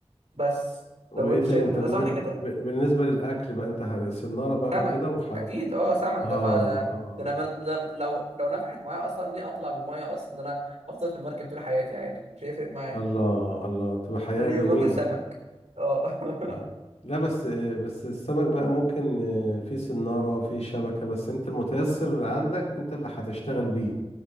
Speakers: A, on the right; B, on the left.
A: بس
B: وايه
A: لو انت
B: تاني
A: شايف ان
B: طب
A: ده
B: بالن-
A: صح كده
B: ب- بالنسبة للاكل بقى انت ه- سنارة بقى
A: سمك
B: وكده وح اه
A: اكيد اه سمك
B: اه
A: ده خ- ده ده انا مر- ده لو لو نفعت معايا اصلا ليه اطلع من الميه اصلا ده انا افضل في المركب طول حياتي عادي مش هيفرق معايا
B: الله الله تبقى حياة
A: كل يوم
B: جميلة
A: اكل سمك اه <laughs>
B: اه لا بس بس السمك بقى ممكن آه، في سنارة في شبكة بس انت المتيسر عندك انت اللي هتشتغل بيه